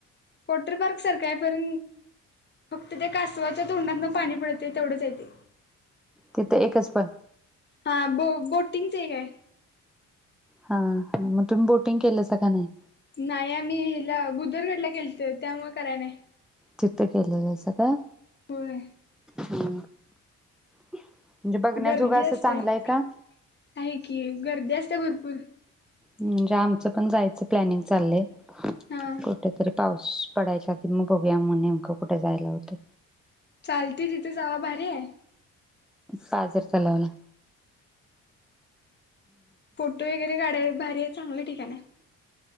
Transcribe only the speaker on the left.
पोटरी पार्क सारखं आहे पण फक्त त्या कासवाच्या तोंडात न पाणी पडते तेवढंच हाय ते
हा बो बोटिंगच आहे
नाही आम्ही हिला भुदरगडला गेलतो त्यामुळे कराय नाही
होय
गर्दी
असते
आहे की गर्दी असते भरपूर
हा
चालतय तिथे जावा भारी आहे.
फोटो वगैरे काढाय भारी ये चांगलं ठिकाण हाय.